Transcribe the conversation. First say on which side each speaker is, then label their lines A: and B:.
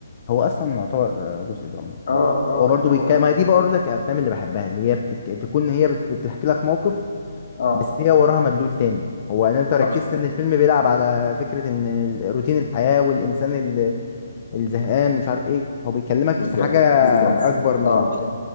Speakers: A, on the left; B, on the left.
A: هو اصلا يعتبر آه، جزء درامي كبير
B: اه اه
A: هو برضو
B: يعني
A: بيتكلم
B: هو هو
A: ما هي دي بقول لك الافلام اللي بحبها اللي هي بتك... تكون هي بت... بتحكي لك موقف
B: اه
A: بس هي وراها مدلول تاني هو ان انت ركزت
B: صح
A: ان الفيلم بيلعب على فكره ان ال- روتين الحياه والانسان ال- الزهقان مش عارف ايه هو بيكلمك
B: بالظبط
A: في حاجه
B: بالظبط
A: اكبر من
B: اه
A: الفيلم